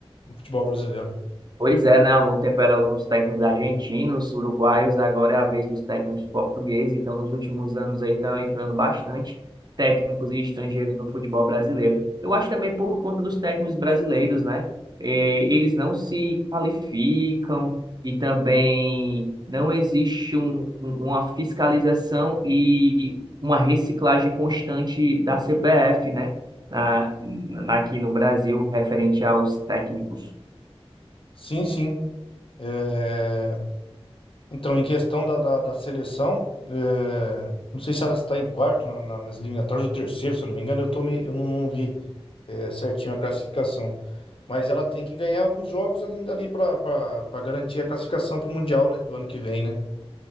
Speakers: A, on the left; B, on the right.
A: no futebol brasileiro.
B: Pois é, né? Há algum tempo eram os técnicos argentinos, uruguaios, agora é a vez dos técnicos portugueses. Então, nos últimos anos aí estão entrando bastante técnicos e estrangeiros no futebol brasileiro. Eu acho também por conta dos técnicos brasileiros, né? Eh, Eles não se qualificam e também não existe um- um- uma fiscalização e uma reciclagem constante da CBF, né? Na, na- aqui no Brasil, referente aos técnicos.
A: Sim, sim. Eh, Então, em questão da, da, da seleção, eh, não sei se ela está em quarto na- na- nas eliminatórias ou terceiro, se eu não me engano, eu, tô meio- eu não, não vi eh, certinho a classificação. Mas ela tem que ganhar alguns jogos ali, ainda ali pra pra- pra garantir a classificação pro Mundial, né? Do ano que vem, né?